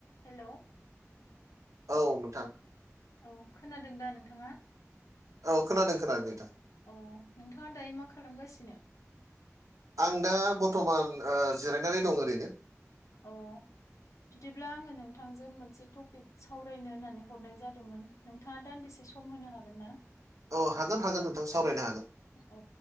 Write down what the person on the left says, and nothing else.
Hello
औ खोनादों दा नोंथाङा
अ नोंथाङा दायो मा खालामगासिनो
अ बिदिब्ला आङो नोंथांजों मोनसे टपिक सावरायनो होननानै हरनाय जादोंमोन। नोंथाङा दान्दिसे सम होनो हागोन ना।
अ